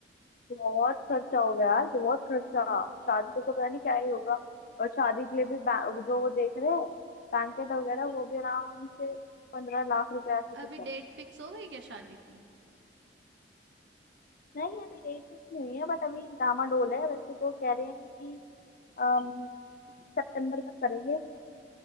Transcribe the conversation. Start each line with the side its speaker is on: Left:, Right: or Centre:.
Left: बहुत खर्चा हो गया यार बहुत खर्चा शादी तक तो पता नहीं क्या ही होगा और शादी के लिए भी बा- जो वो देख रहे हैं बैंकेट वगैरह वो भी आराम से पंद्रह लाख रुपए ऐसे कुछ
Right: अभी डेट
Left: है
Right: फिक्स हो गई क्या शादी की
Left: नहीं अभी डेट फिक्स नहीं हुई है बट अभी डामाडोल है वैसे तो कह रहे हैं कि अम, सितंबर तक करेंगे